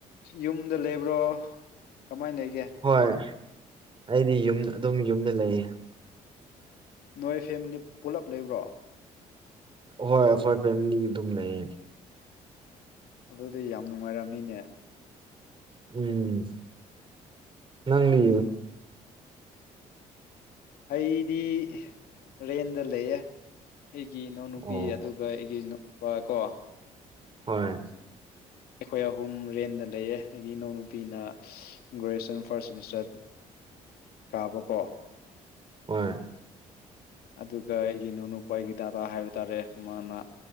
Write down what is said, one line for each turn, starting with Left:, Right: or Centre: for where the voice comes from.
Left: ꯌꯨꯝꯗ ꯂꯩꯕ꯭ꯔꯣ ꯀꯃꯥꯏꯅ ꯂꯩꯒꯦ
Right: ꯍꯣꯏ ꯑꯩꯗꯤ ꯌꯨꯝ ꯑꯗꯨꯝ ꯌꯨꯝꯗ ꯂꯩꯌꯦ
Left: ꯅꯣꯏ ꯐꯦꯝꯃꯤꯂꯤ ꯄꯨꯂꯞ ꯂꯩꯕ꯭ꯔꯣ
Right: ꯍꯣꯏ ꯍꯣꯏ ꯐꯦꯃꯤꯅꯤ ꯑꯗꯨꯝ ꯂꯩꯌꯦ
Left: ꯑꯗꯨꯗꯤ ꯌꯥꯝ ꯅꯨꯡꯉꯥꯏꯔꯝꯅꯤꯅꯦ
Right: ꯎꯝ ꯅꯪꯗꯤ
Left: ꯑꯩꯗꯤ ꯔꯦꯟꯗ ꯂꯩꯌꯦ ꯑꯩꯒꯤ ꯏꯅꯥꯎꯅꯨꯄꯤ
Right: ꯑꯣ
Left: ꯑꯗꯨꯒ ꯑꯗꯨꯒ ꯑꯩꯒꯤ ꯅꯨꯄꯥ ꯀꯣ
Right: ꯍꯣꯏ
Left: ꯑꯩꯈꯣꯏ ꯑꯍꯨꯝ ꯔꯦꯟꯗ ꯂꯩꯌꯦ ꯑꯩꯒꯤ ꯏꯅꯥꯎ ꯅꯨꯨꯄꯤꯅ ꯒ꯭ꯔꯦꯖꯨꯑꯦꯁꯟ ꯐꯥꯔꯁ ꯁꯦꯃꯤꯁꯇꯔ ꯇꯥꯕꯥꯕꯀꯣ
Right: ꯍꯣꯏ
Left: ꯑꯗꯨꯒ ꯑꯩꯒꯤ ꯏꯅꯥꯎꯅꯨꯄꯥ ꯑꯩꯒꯤ ꯗꯥꯗꯥ ꯍꯥꯏꯕ ꯇꯥꯔꯦ ꯃꯥꯅ